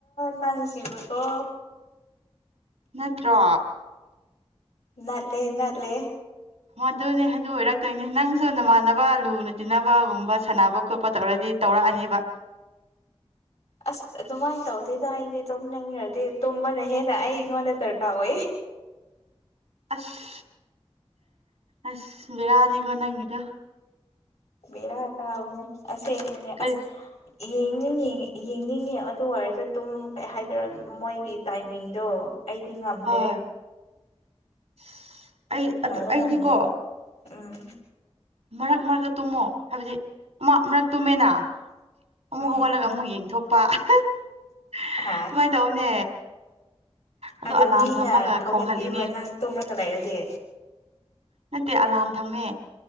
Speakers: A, on the left (about 80°); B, on the right (about 70°).
A: ꯅ ꯁꯤꯕꯀꯣ
B: ꯅꯠꯇ꯭ꯔꯣ
A: ꯅꯅꯥꯠꯂꯦ ꯅꯅꯥꯠꯂꯦ
B: ꯑꯗꯨꯅꯦ ꯑꯗꯨ ꯑꯣꯏꯔꯛꯇꯣꯏꯅꯦ ꯅꯪꯁꯨ ꯅꯃꯥꯟꯅꯕ ꯂꯨꯅ ꯇꯤꯟꯅꯕꯒꯨꯝꯕ ꯁꯥꯟꯅꯕ ꯈꯣꯠꯄ ꯇꯧꯔꯗꯤ ꯇꯧꯔꯛꯑꯅꯤꯕ
A: ꯑꯁ ꯑꯗꯨꯃꯥꯏꯅ ꯇꯧꯗꯦꯗ ꯑꯩꯗꯤ ꯇꯨꯝꯅꯤꯡꯉꯔꯗꯤ ꯇꯨꯝꯕꯅ ꯍꯦꯟꯅ ꯑꯩꯉꯣꯟꯗ ꯗꯔꯀꯥꯔ ꯑꯣꯏ
B: ꯑꯁ ꯑꯁ ꯕꯤꯔꯅꯤꯒ ꯅꯪꯗ
A: ꯕꯦꯔ ꯀꯕꯅꯦ ꯑꯁꯦꯡꯕꯅꯦ
B: ꯀꯩ
A: ꯑꯁ ꯌꯦꯡꯅꯤꯡ ꯌꯦꯡꯅꯤꯡꯉꯦ ꯑꯗꯨ ꯑꯣꯏꯔꯁꯨ ꯇꯨꯝ ꯀꯩ ꯍꯥꯏꯗꯣꯏꯔꯣ ꯃꯣꯏꯒꯤ ꯇꯥꯏꯃꯤꯡꯗꯣ ꯑꯩꯗꯤ ꯉꯝꯗꯦ
B: ꯍꯣꯏ <unintelligible>
A: ꯉꯥꯏꯕ
B: ꯑꯩꯗꯤꯀꯣ
A: ꯉꯗꯦ ꯎꯝ
B: ꯃꯔꯛ ꯃꯔꯛꯇ ꯇꯨꯝꯃꯣ ꯍꯥꯏꯕꯗꯤ ꯃꯛ ꯃꯔꯛ ꯇꯨꯝꯃꯦꯅ ꯑꯃꯨꯛ
A: ꯎꯝ
B: ꯍꯧꯒꯠꯂꯒ ꯑꯃꯨꯛ ꯌꯦꯡꯊꯣꯛꯄ ꯑꯗꯨꯃꯥꯏꯅ
A: ꯍꯥꯁ
B: ꯇꯧꯅꯦ ꯑꯗꯣ
A: ꯑꯗ
B: ꯑꯂꯥꯔꯝ
A: ꯃꯤꯅ
B: ꯊꯝꯃꯒ
A: ꯍꯧꯒꯠꯄꯤꯕ꯭ꯔꯥ
B: ꯈꯣꯡꯍꯜꯂꯤꯅꯦ
A: ꯅꯪ ꯇꯣꯝꯂꯒ ꯂꯩꯔꯗꯤ
B: ꯅꯠꯇꯦ ꯑꯂꯥꯝ ꯊꯝꯃꯦ